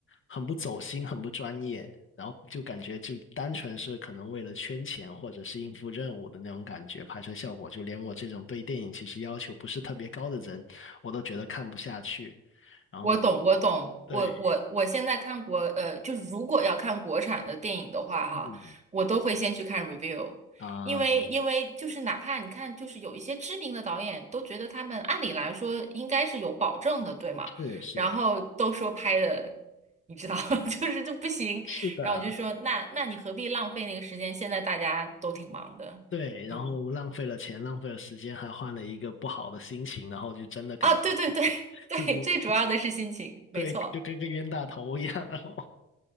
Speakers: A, on the left; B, on the right.
A: 很不走心，很不专业，然后就感觉就单纯是可能为了圈钱或者是应付任务的那种感觉，拍摄效果就连我这种对电影其实要求不是特别高的人，我都觉得看不下去。然后
B: 我懂，我懂，
A: 对，
B: 我我我现在看国，呃，就如果要看国产的电影的话，哈，
A: 嗯
B: 我都会先去看 review，
A: 啊，
B: 因为因为就是哪怕你看，就是有一些知名的导演都觉得他们按理来说应该是有保证的，对吗？
A: 是是
B: 然后都说拍的，你知道，<laughs> 就是这不行，
A: 是的，
B: 然后我就说，那那你何必浪费那个时间？现在大家都挺忙的，
A: 对，然后浪费了钱，
B: 嗯，
A: 浪费了时间，还换了一个不好的心情，然后就真的感觉自己自己
B: 啊，对对对 <laughs> 对，最主要的是心情，没错。
A: 对，就跟个冤大头一样，然后